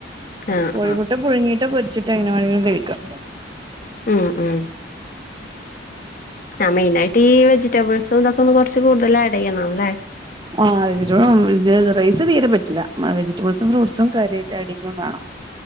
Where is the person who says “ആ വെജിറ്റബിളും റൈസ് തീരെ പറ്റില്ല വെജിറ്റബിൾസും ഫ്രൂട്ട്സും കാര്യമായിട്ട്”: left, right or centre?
Right